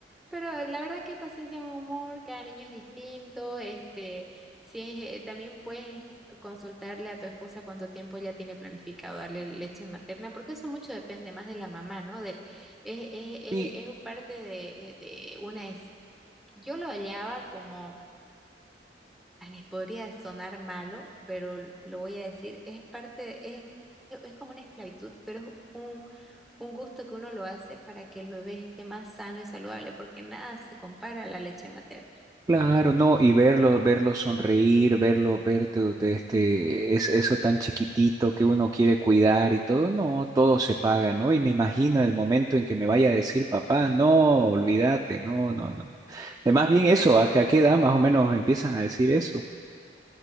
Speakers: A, in the centre; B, on the right.
A: Pero la verdad que paciencia, buen humor, cada niño es distinto. Este, si es, eh, también puedes consultarle a tu esposa cuánto tiempo ella tiene planificado darle leche materna, porque eso mucho depende más de la mamá, ¿no? Del, es, es, es-
B: Sí,
A: es parte de, de una... es- yo lo hallaba como Ay, podría sonar malo, pero lo voy a decir, es parte, de- es, e- es como una esclavitud, pero es un, un gusto que uno lo hace para que el bebé esté más sano y saludable, porque nada se compara a la leche materna.
B: Claro, no, y verlo, verlo sonreír, verlo, verte de este, es eso tan chiquitito que uno quiere cuidar y todo, no, todo se paga, ¿no? Y me imagino el momento en que me vaya a decir, papá, no, olvídate, no, no, no. no".
A: <laughs>
B: Eh, Más bien eso,
A: Ujú.
B: ¿a qué, a qué edad más o menos empiezan a decir eso?